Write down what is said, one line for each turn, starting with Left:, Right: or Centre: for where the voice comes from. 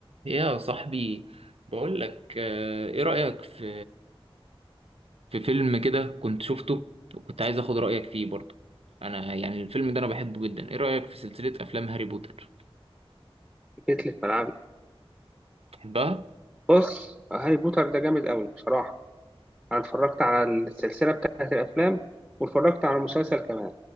Right: يا صاحبي بقول لك آه، ايه رأيك في في فيلم كده كنت شفته وكنت عايز اخد رأيك فيه برضه انا يعني الفيلم ده انا بحبه جدا ايه رأيك في سلسلة افلام هاري بوتر
Centre: جيت لي في ملعبي
Right: بتحبها
Centre: بص هاري بوتر ده جامد قوي بصراحة أنا اتفرجت على السلسلة بتاعت الأفلام واتفرجت على المسلسل كمان